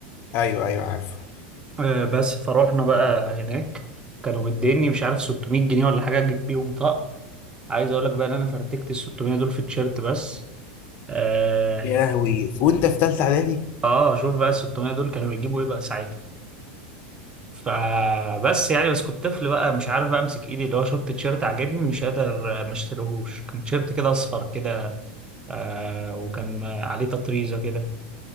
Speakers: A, on the left; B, on the right.
A: ايوه ايوه عارفه
B: آه، بس فروحنا بقى هناك كانوا مديني مش عارف 600 جنيه ولا حاجه اجيب بيهم طقم عايز اقول لك بقى ان انا فرتكت ال 600 دول في التيشيرت بس اه,
A: يا لهوي وانت في ثالثه اعدادي
B: آه شوف بقى ال 600 دول كانوا يجيبوا ايه بقى ساعتها فبس يعني بس كنت طفل بقى مش عارف بقى امسك ايدي اللي هو شفت تيشيرت عجبني مش قادر آه، ما اشتريهوش كان تيشيرت كده اصفر كده آه وكان آه، عليه تطريزه كده